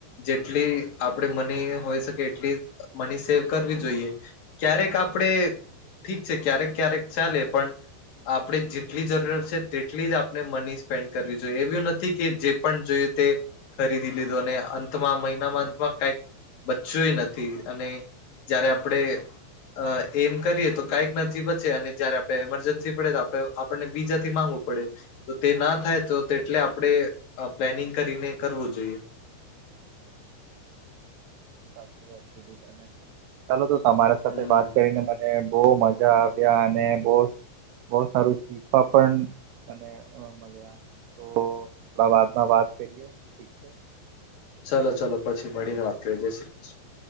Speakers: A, on the left; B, on the right.
A: જેટલી આપડે મની હોય શકે એટલી મની સેવ કરવી જોઈએ. ક્યારેક આપડે ઠીક છે, ક્યારેક ક્યારેક ચાલે પણ આપડે જેટલી જરૂરિયાત છે તેટલી જ આપડે મની સ્પેન્ડ કરવી જોઈએ એવું નથી કે જે પણ જોય તે ખરીદી લીધું અને અંતમાં મહિનામાં અંતમાં કાઈક બચ્યું એ નથી અને જયારે આપડે અ એમ કરીએ તો કાંઈક નથી બચે અને જયારે આપડે એમરજન્સી પડે તો આપડે આપણને બીજાથી માંગવું પડે. તો તે ના થાય તો તેટલે આપડે પ્લેનિંગ કરીને કરવું જોઈએ.
B: સાચી વાત કીધી તમે, ચાલો તો તમારા સાથે
A: હમ
B: વાત કરીને મને બઉ મજા આવ્યા અને બહુ બઉ સારું શીખવા પણ અને અ તો બાદમાં વાત કરીએ ઠીક છે.
A: ચલો ચલો પછી મળીને વાત કરીએ, જય શ્રી કૃષ્ણ.